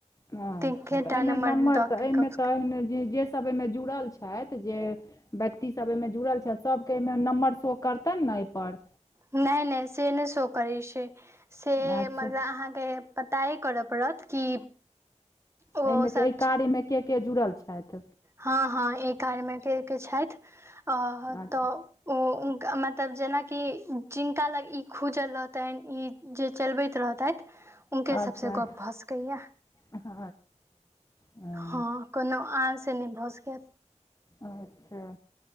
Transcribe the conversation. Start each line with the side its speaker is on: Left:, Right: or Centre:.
Left: अच्छा
Right: तिनकेटा
Left: तऽ एहिमे नम्बर
Right: दऽ
Left: तऽ
Right: कऽ
Left: एहिमे
Right: गप
Left: तऽन जे जेसब एहिमे जुड़ल छथि जे व्यक्तिसब एहिमे जुड़ल छैथ सबके एहिमे नम्बर शो करतैन ने एहिपर
Right: नैय- नैय से नै सेहो करै छै से
Left: अच्छा
Right: मतलब आहाँके पतए करऽ पड़त कि ओसभ
Left: एहिमे एय कार्य मे के- के जुड़ल छैथ।
Right: हँ हँ ई कारमे के के छैथ अ
Left: अच्छा
Right: तऽ ओ उनका मतलब जेनाकि जिनका लग ई खुजल रहतैन ई जे चलबैत रहतैथ। उनके
Left: अच्छा
Right: सबसँ गप भऽ सकैया।
Left: अच्छा हँ
Right: हँ कोनो आनसँ नै भऽ सकैया।
Left: अच्छा